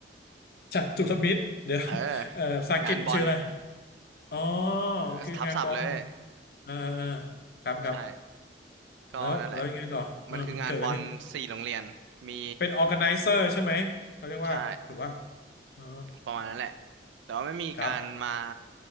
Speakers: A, on the left (about 55°); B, on the right (about 85°).
A: จัตุรมิตรเดี๋ยว
B: เออ
A: เออภาษาอังกฤษมันชื่ออะไร
B: งานบอล
A: อ๋อ
B: เออทับศัพท์เลย
A: คืองานบอลเออเออครับครับ
B: ใช่ ก็นั่นแหละ
A: แล้วแล้วยังไงต่อเออมันเกิดอะไรขึ้น
B: มันคืองานบอลสี่โรงเรียน มี
A: เป็น organizer ใช่ไหมเขาเรียกว่าถูกป่ะ
B: ใช่
A: อ๋อ
B: ประมาณนั้นแหละแต่ว่าไม่มีการมา
A: ครับ